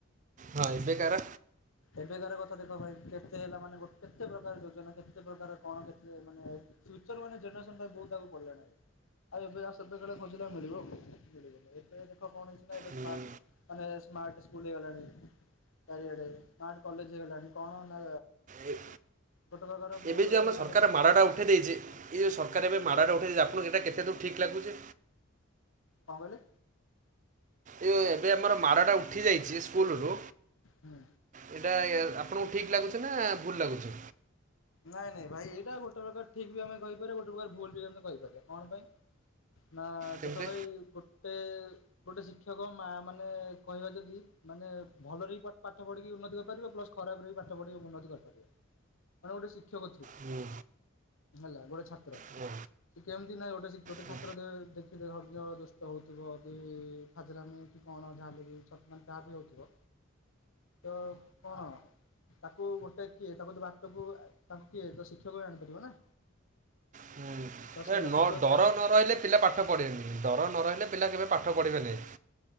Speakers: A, on the right; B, on the left.
A: ହଁବୋର
B: ଏବେକାରାର କ ଦେଖ ଦେଖ ଭାଇ କେତେ ହେଲା ମାନେ କେତେ ପ୍ରକାର ଯୋଜନା କେତେ ପ୍ରକାର କଣ କେତେ ମାନେ ଫ୍ୟୁଚର ମାନେ ଜେନେରେସନ୍ଟା ବହୁତ ଆଗକୁ ପଡ଼ିଲାଣି ଆଉ ଏବେ ଆଉ ସବବେଳେ ଖୋଜିଲା ମିଳିବ ମିଳିବନି ଏବେ ଦେଖ କଣ? ବେ ସ୍ମାର୍
A: ହୁଁ,
B: ମାନେ ସ୍ମାର୍ଟ୍ ସ୍କୁଲ ହେଇଗଲାଣି ଚାରଆଡ ସ୍ମାର୍ଟ କଲେେଜ ଲାଣି କଣ ନା?
A: ଏ-
B: ଗୋଟେ ପ୍ରକାର ବୋର୍ଡରେ
A: ଏବେ ଯୋଉ ଆମ ସରକାର
B: ମାନେ କଣ
A: ମାଡ଼ଟା ଉଠେଇ ଦେଇଚ୍ଛି ଏଇ ଯୋଉ ସକାର ଏବେ ମାଡ଼ଟା ଉଠାଇଛି ଆପଙ୍କୁ ଏଇଟା କେତେ ଦୂର ଠିକ୍ ଲାଗୁଛି।
B: କହିଲେ?
A: ଏଇ ଏବେ ଆମର ମାଡଟା ଉଠି ଯାଇଛି। କୁଲରୁ
B: ହୁଁ
A: ଏଇଟା ଆପଣଙ୍କୁ ଠିକ ଲାଗୁଛି ନା ଭୁଲ ଲାଗୁଛି?
B: ନାଇଁ ନାଇଁ ଭାଇ ଏଇଟା ଗୋଟେ ପ୍ରକାର ଠିକ ବି ଆମେ କହିପାରିବା ଗୋଟେ ପ୍ରକାର ଭୁଲ ବି ଆମେ କହିପାରିବା କଣ ପାଇଁ ନା
A: କେମିତି
B: ଦେଖ ଭାଇ ଗୋଟେ ଗୋଟେ ଶିକ୍ଷକ ମା ମାନେ କହିବା ଯଦି ମାନେ ଭଲରେ ବି ପାଠ ପଢ଼ିକି ଉନ୍ନତି କରିପାରିବେ ପ୍ଲସ୍ ଖରାପରେ ବି ପାଠ ପଢ଼ିକି ଉନ୍ନତି କରିପାରିବେ। ମାନ ଗୋଟେ ଶିକ୍ଷକ
A: ହୁଁ,
B: ହେଲା ଗୋଟେ ଛାତ୍ର
A: ହୁଁ, ହଁ
B: ସେ କେମତି ନା ଗୋଟେ ଗୋଟେ
A: ହୁଁ।
B: ଛାତ୍ର ଦେ ଦେଖି ହ ସୁ ହଉଥିବ କି ଫାଜିଲ କି କଣ ଯାହା ଛତ ମ ଯହା ବି ହଉଥିବ। ତ କଣ? ତାକୁ ଗୋଟେ କିଏ ତାକୁ ସବୁ ତା କିଏ ତ ଶିକ୍ଷକ ଆଣିପାରିବ ନା।
A: ହୁଁ
B: ତ ସେଇଟା
A: ଏ ନ
B: ଶିକ୍ଷକ
A: ଡର
B: କେମିତି
A: ନ ରହିଲେ ପିଲା ପାଠ ପଢିବେନି ଡର ନ ରହିଲେ ପିଲା କେବେ ପାଠ ପଢିବେନି।